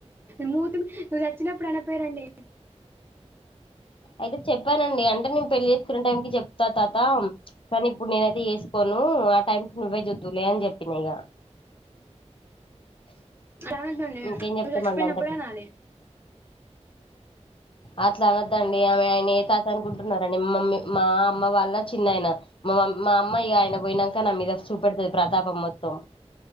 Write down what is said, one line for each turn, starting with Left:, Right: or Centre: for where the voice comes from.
Right: మూతీ మీ నువ్వు చచ్చినప్పుడు అనపోయినారండి
Left: అయితే చెప్పానండి అంటే నేను పెళ్లి చేసుకునే టైం కి చెప్తా తాత కానీ ఇప్పుడు నేనైతే చేసుకోను ఆ టైంకి నువ్వే చూద్దులే అని చెప్పిన ఇక
Right: రానద్దండి
Left: ఇంకేం చెప్తామండి
Right: నువ్వు చచ్చిపోయినప్పుడే
Left: అంత
Right: అనాలి
Left: అట్లా అనద్దండి ఆమె ఆయన ఏ తాత అనుకుంటున్నారండి మమ్మీ మా అమ్మ వాళ్ళ చిన్నయన మా మా అమ్మా ఇక ఆయన పోయినాక నా మీద చూపెడుతది ప్రతాపం మొత్తం